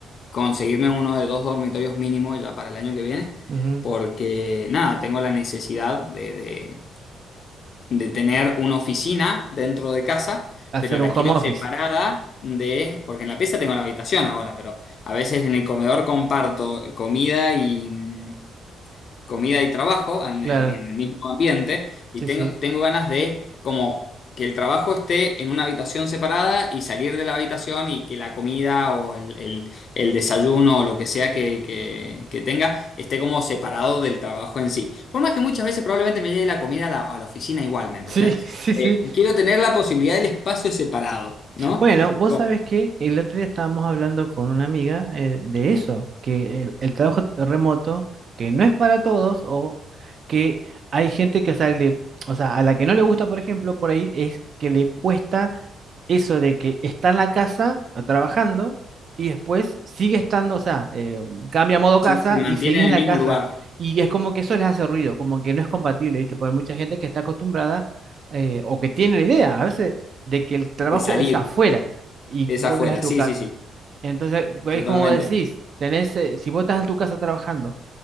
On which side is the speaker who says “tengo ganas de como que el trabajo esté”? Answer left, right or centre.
Left